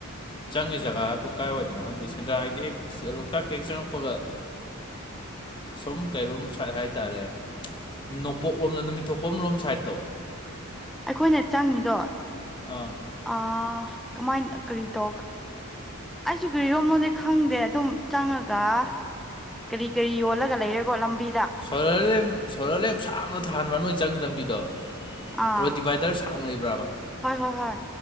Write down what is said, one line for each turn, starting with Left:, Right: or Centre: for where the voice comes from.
Left: ꯆꯪꯉꯦ ꯖꯒꯥ ꯍꯥꯏꯕꯗꯨ ꯀꯥꯏꯋꯥꯏꯗꯅꯣ ꯈꯪꯗꯦ ꯁꯦꯟꯗ꯭ꯔꯥꯒꯤꯗꯤ ꯍꯦꯛ ꯂꯣꯛꯇꯥꯛꯇ ꯍꯦꯛ ꯆꯪꯉꯛꯄꯒ ꯁꯨꯝ ꯀꯩꯔꯨꯝ ꯁ ꯍꯥꯏꯇꯥꯔꯦ ꯅꯣꯡꯄꯣꯛꯂꯣꯝꯗ ꯅꯨꯃꯤꯠꯊ ꯊꯣꯛꯄꯝꯂꯣꯝ ꯁꯥꯏꯗꯠꯇꯣ
Centre: ꯑꯩꯈꯣꯏꯅ ꯆꯪꯉꯤꯗꯣ
Left: ꯑꯥ
Centre: ꯑ ꯀꯃꯥꯏꯅ ꯀꯔꯤ ꯇꯣ ꯑꯩꯁꯨ ꯀꯔꯤꯔꯣꯝꯅꯣꯗꯤ ꯈꯪꯗꯦ ꯑꯗꯨꯝ ꯆꯪꯉꯒ ꯀꯔꯤ ꯀꯔꯤ ꯑꯣꯂꯒ ꯂꯩꯦꯒꯣ ꯂꯝꯕꯤ
Left: ꯁꯣꯂꯔ ꯂꯦꯝ ꯁꯣꯂꯔ ꯂꯦꯝ ꯁꯥꯡꯅ ꯊꯥꯟꯕ꯭ꯔꯥ ꯅꯣꯏ ꯆꯪꯉ ꯂꯝꯕꯤꯗꯣ
Centre: ꯑꯥ
Left: ꯔꯣ ꯗꯤꯚꯥꯏꯗꯔ ꯁꯥꯡ ꯂꯩꯕ꯭ꯔꯕ
Centre: ꯍꯣꯏ ꯍꯣꯏ ꯍꯣꯏ